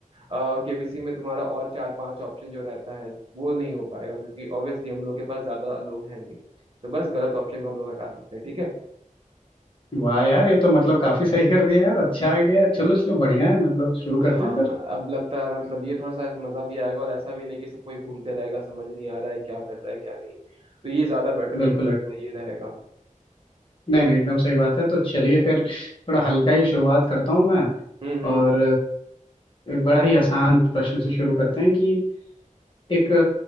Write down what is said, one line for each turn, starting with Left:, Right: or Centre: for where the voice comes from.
Right: केबीसी में तुम्हारा और चार पांच ऑप्शन जो रहता है वो नहीं हो पाएगा क्योंकि ऑब्वियसली हम लोग के पास ज्यादा लोग हैं नहीं तो बस गलत ऑप्शन को हम लोग हटा सकते हैं ठीक है
Left: वाह यार ये तो मतलब काफी सही कर दिया यार अच्छा आइडिया है चलो चलो बढ़िया है मतलब शुरू करते
Right: हाँ
Left: हैं फिर
Right: अब लगता है मतलब ये थोड़ा सा मजा भी आएगा और ऐसा भी नहीं कि सब कोई घूमते रहेगा समझ नहीं आ रहा है क्या कर रहा है क्या नहीं तो ये ज्यादा बेटर मेरे
Left: बिल्कुल
Right: को लगता
Left: बिल्कुल
Right: है ये रहेगा
Left: नहीं नहीं एकदम सही बात है तो चलिए फिर थोड़ा हल्का ही शुरुआत करता हूँ मैं
Right: हम्म हम्म
Left: और एक बड़ा ही आसान प्रश्न से शुरू करते हैं कि एक अ,